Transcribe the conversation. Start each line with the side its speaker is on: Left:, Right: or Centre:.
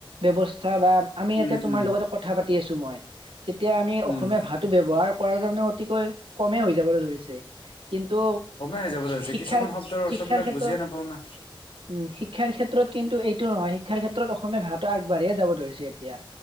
Right: ব্যৱস্থা- বা আমি ইয়াতে
Left: উম
Right: তোমাৰ
Left: উম
Right: লগতে কথা পাতি আছো মই- এতিয়া আমি অসমীয়া
Left: উম
Right: ভাষটো ব্যৱহাৰ, কৰা কাৰণে অতিকৈ কমেই হৈ যাবলৈ ধৰিছে। কিন্তু,
Left: কমেই হৈ যাবলৈ হৈছে
Right: শিক্ষাৰ
Left: কিছুমান শব্দৰ অৰ্থবিলাক
Right: শিক্ষাৰ ক্ষেত্ৰত
Left: বুজিয়ে নাপাওঁ না
Right: উম শিক্ষাৰ ক্ষেত্ৰত কিন্তু এইটো নহয়, শিক্ষাৰ ক্ষেত্ৰত অসমীয়া ভাষা আগবাঢ়িয়ে যাব ধৰিছে এতিয়া।